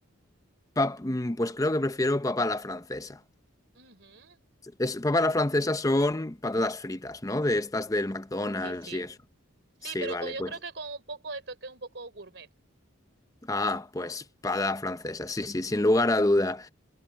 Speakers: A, on the left; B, on the right.
A: pap- mm, pues creo que prefiero papa a la francesa.
B: Ujú,
A: Es, papa a la francesa son patatas fritas, ¿no? De estas del McDonald's
B: Sí, sí.
A: y eso.
B: Sí,
A: Sí,
B: pero
A: vale,
B: con- yo
A: pues.
B: creo que con un poco de toque, un poco gourmet.
A: Ah, pues papa francesa, sí, sí, sin lugar a duda.